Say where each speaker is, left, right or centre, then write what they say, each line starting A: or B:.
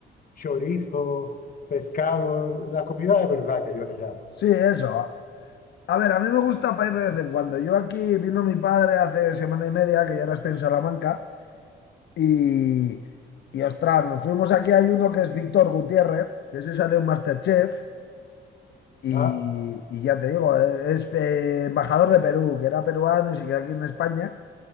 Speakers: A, on the left (about 45°); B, on the left (about 65°).
A: chorizo, pescado, la comida de verdad que yo le llamo.
B: Sí, eso. A ver, a mí me gusta para ir de vez en cuando. Yo aquí vino mi padre hace semana y media, que yo ahora estoy en Salamanca. Y, y ostras, nos fuimos aquí, hay uno que es Víctor Gutiérrez, que ese sale en MasterChef, y,
A: Ah,
B: y ya te digo, eh, es eh, embajador de Perú, que era peruano y se quedó aquí en España.